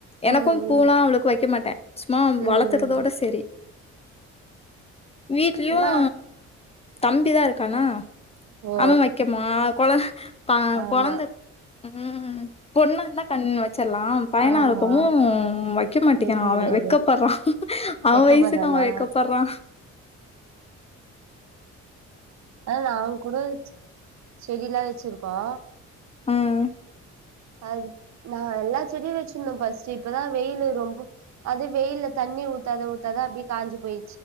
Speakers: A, on the left (about 20°); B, on the right (about 65°).
A: எனக்கு
B: ம் ம்
A: பூவல்லா அவ்ளோக்கு வெக்க மாட்டே சும்மா
B: ம்
A: வளக்கறதோட
B: ம்
A: செரி வீட்லயு
B: நா
A: ஆ தம்பி தா இருக்கானா
B: ஓ
A: அவ வெக்க மா கொழ பாவ்
B: ஆமா
A: கொழந்த ம் ம் ம் பொன் <unintelligible> கண் <unintelligible> ச்சிர்லா பயனா
B: ஆமா
A: கும் வெக்க மாட்டிங்கறா
B: வைக்க
A: அவ
B: முடியாது
A: வெக்கப்பட்றா அவ
B: வெக்கப்படுறனா
A: வயசுக்கு அவ வெக்கப்பட்றா
B: அதுலா அவங்கூட செடில்லா வெச்சிருக்கோ
A: ம்
B: அதுக் நா எல்லா செடியு வெச்சிருந்தே ஃபஸ்ட்டு இப்ப தா வெயிலு ரொம்ப அது வெயில்ல தண்ணி ஊத்தாத ஊத்தாத அப்டியே காஞ்சு போயி